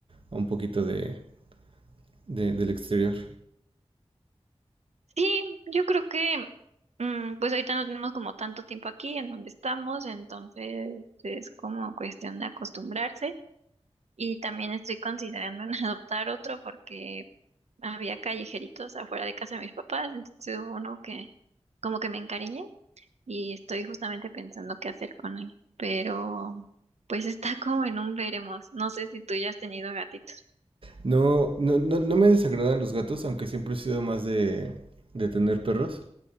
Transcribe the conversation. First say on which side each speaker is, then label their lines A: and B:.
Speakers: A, on the right (about 55°); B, on the right (about 80°).
A: a un poquito de, de- del exterior.
B: Sí, yo creo que mm, pues ahorita no tenemos como tanto tiempo aquí en donde estamos, entonces es como cuestión de acostumbrarse y también estoy considerando en <laughs> adoptar otro porque había callejeritos afuera de casa de mis papás, entonces hubo uno que como que me encariñé y estoy justamente pensando qué hacer con él, pero pues <laughs> está como en un veremos, no sé si tú ya has tenido gatitos.
A: No, no, no, no me desagradan los gatos, aunque siempre he sido más de, de tener perros.